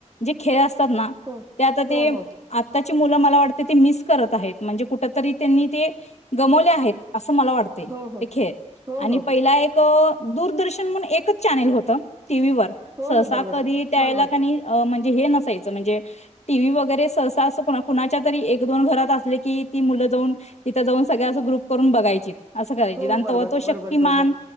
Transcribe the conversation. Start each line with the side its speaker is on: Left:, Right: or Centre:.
Left: जे खेळ असतात ना,
Right: हो
Left: ते आता
Right: हो
Left: ते
Right: हो
Left: आता ची मुले मला वाटतं ते मिस करत आहेत. म्हणजे कुठ तरी त्यांनी ते गमावलं आहे. असं मला वाटतंय.
Right: हो हो
Left: ते खेळ
Right: हो
Left: आणि
Right: हो
Left: पहिला एक दूरदर्शन म्हणून एकच चॅनेल होत टीव्हीवर.
Right: हो
Left: सहसा
Right: हो बरोबर
Left: कधी त्याळेला
Right: बरोबर
Left: कणी म्हणजे हे नसायच, म्हणजे टी व्ही वगैरे सहसा असं कुणाच्या तरी एक दोन घरात असले की, ती मुलं जाऊन तिथं जाऊन सगळ्या असं ग्रुप करून बघायची. असं करायची
Right: हो
Left: आणि
Right: हो बरोबर
Left: तव्हा तो शक्तिमान
Right: बरोबर बरोबर